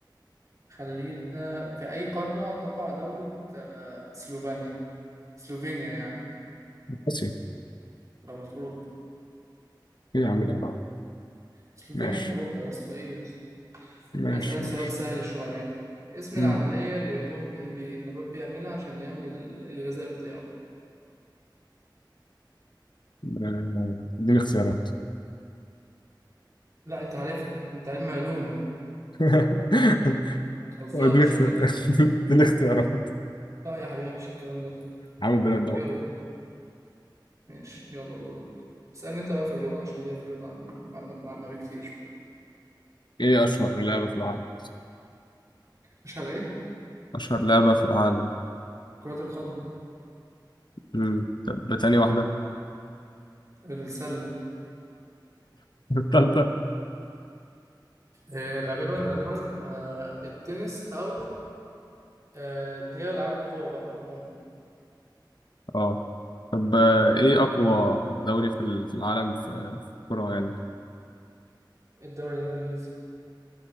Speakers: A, on the right (about 40°); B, on the left (about 70°).
A: خلينا في أي قارة تقع دولة سلوفينيا سلوفينيا يعني
B: بس إيه
A: غلط أوروبا
B: يا عم ده
A: سلوفينيا
B: ماشي
A: في أوروبا يا اسطى إيه يا اسطى
B: ماشي
A: أسألك
B: ماشي
A: سؤال سهل شوية اسم
B: مم.
A: العملية اللي يقوم اللي بي... النبات بيعملها عشان يعمل الغذاء بتاعه
B: آه، اديني اختيارات
A: لا أنت عارفها أنت علم علوم
B: <laughs>
A: ما تهزرش
B: اديني اختيارات
A: كده
B: <laughs> اديني اختيارات
A: لا يا حبيبي مفيش الكلام ده
B: عامل بنات ضوء
A: إيه هو؟ ماشي يلا دورك اسألني انت بقى في الرياضة عشان ليا في الرياضة عن المعلومات العامة بكتير
B: ايه أشهر لعبة في العالم؟
A: مش على ايه؟
B: أشهر لعبة في العالم
A: كرة القدم
B: مم. طب تاني واحدة
A: السلة
B: <laughs> التالتة
A: آه غالبا غالبا آه التنس او آه اللي هي العاب القوى بقى عموما
B: اه طب آه، ايه اقوى دوري في ال- في العالم في في الكرة يعني
A: الدوري الانجليزي